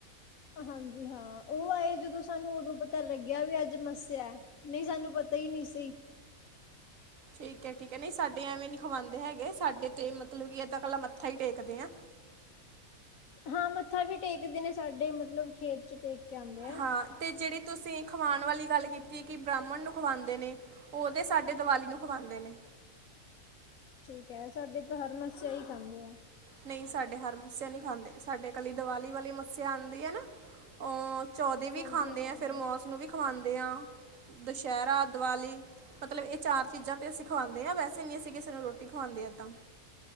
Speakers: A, on the left; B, on the right.
A: ਹਾਂਜੀ ਹਾਂ ਉਹ ਆਏ ਜਦੋਂ ਸਾਨੂੰ ਉਦੋਂ ਪਤਾ ਲੱਗਿਆ ਵੀ ਅੱਜ ਮੱਸਿਆ ਨਹੀਂ ਸਾਨੂੰ ਪਤਾ ਹੀ ਨਹੀਂ ਸੀ।
B: ਠੀਕ ਹੈ ਠੀਕ ਹੈ ਨਹੀਂ ਸਾਡੇ ਐਵੇਂ ਨੀ ਖਵਾਉਂਦੇ ਹੈਗੇ ਸਾਡੇ ਤੇ ਮਤਲਬ ਕਿ ਏਦਾਂ ਕੱਲਾ ਮੱਥਾ ਹੀ ਟੇਕਦੇ ਆ।
A: ਹਾਂ ਮੱਥਾ ਵੀ ਟੇਕਦੇ ਨੇ ਸਾਡੇ ਮਤਲਬ ਖੇਤ ਚ ਟੇਕ ਕੇ ਆਉਂਦੇ ਆ
B: ਹਾਂ ਤੇ ਜਿਹੜੀ ਤੁਸੀਂ ਖਵਾਣ ਵਾਲੀ ਗੱਲ ਕੀਤੀ ਕਿ ਬ੍ਰਾਹਮਣ ਨੂੰ ਖਵਾਉਂਦੇ ਨੇ ਉਹਦੇ ਸਾਡੇ ਦੀਵਾਲੀ ਨੂੰ ਖਵਾਉਂਦੇ ਨੇ।
A: ਠੀਕ ਹੈ ਸਾਡੇ ਤਾਂ ਹਰ ਮਸਿਆ ਹੀ ਕਰਦੇ ਆ।
B: ਨਹੀਂ ਸਾਡੇ ਹਰ ਮੱਸਿਆ ਨਹੀਂ ਖਾਂਦੇ ਸਾਡੇ ਇਕੀ ਦੀਵਾਲੀ ਵਾਲੀ ਮੱਸਿਆ ਆਉਂਦੀ ਹੈ ਨਾ ਅ ਚੌਦੇ
A: ਹਾਂਜੀ
B: ਵੀ ਖਾਂਦੇ
A: ਹਾਂ
B: ਆ ਫਿਰ ਮੌਸ ਨੂੰ ਵੀ ਖਾਂਦੇ। <unintelligible> ਦੁਸਹਿਰਾ ਦੀਵਾਲੀ ਮਤਲਬ ਇਹ ਚਾਰ ਚੀਜ਼ਾਂ ਤੇ ਅਸੀਂ ਖਵਾਾਂਂਦੇ ਹਾਂ ਵੈਸੇ ਨੀ ਅਸੀਂ ਕਿਸੇ ਨੂੰ ਰੋਟੀ ਖਵਾਉਂਦੇ ਏਦਾਂ